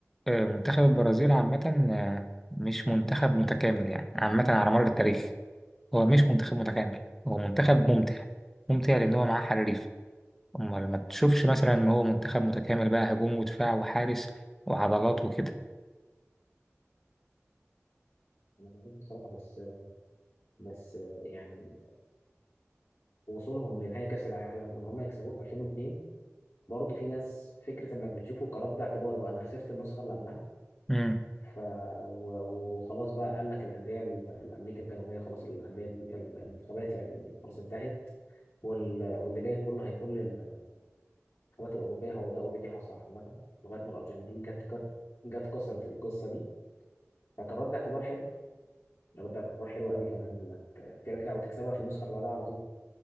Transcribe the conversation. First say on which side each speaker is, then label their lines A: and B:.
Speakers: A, in the centre; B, on the left.
A: آه، منتخب البرازيل عامة آه، مش منتخب متكامل يعني عامة على مر التاريخ هو مش منتخب متكامل هو منتخب ممتع ممتع لأن هو معاه حريف أمال ما تشوفش مثلا إن هو منتخب متكامل بقى هجوم ودفاع وحارس وعضلات وكده
B: إيه انا معاك بصراحه بس بس آه، يعني وصولهم لنهائي كاس العالم وان هم يكسبوه في 2002 برضه في ناس فكره انك بتشوفه كرد اعتبار بقى انا خسرت النسخه اللي قبلها
A: مم.
B: ف و- وخلاص بقى قال لك الأندية ال- الأمريكا الجنوبية خلاص الأندية دي- الانتخابات يعني خلاص انتهت وال... واللي جاي كله هيكون للانتخابات الأوروبية هو ده أوريدي حصل عامة لغاية ما الأرجنتين جت جت جت كسرت القصة دي فكان رد اعتبار حلو يعني رد اعتبار حلو قوي كمان إنك ترجع وتكسبها في النسخة اللي بعدها على طول